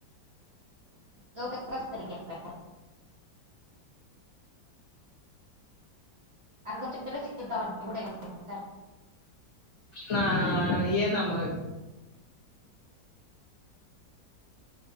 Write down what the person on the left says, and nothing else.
ना येन मग